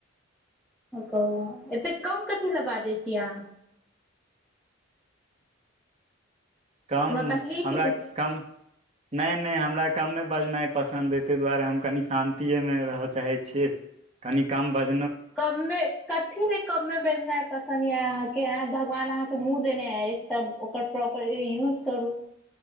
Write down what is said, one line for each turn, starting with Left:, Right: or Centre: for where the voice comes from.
Centre: कहू एतेक कम कथी लए बाजै छी अहाँ
Right: कम
Centre: कोनो तकलीफ
Right: हमरा कम नहि नहि हमरा कममे बजनाई पसंद तै दुआरे हम कनि शान्तिये मे रह चाहै छी कनि कम बज
Centre: कममे कथी ले कममे बजना पसं अहाँके भगवान अहाँके मुँह देने अछि तब ओकर प्रॉपर यूज करू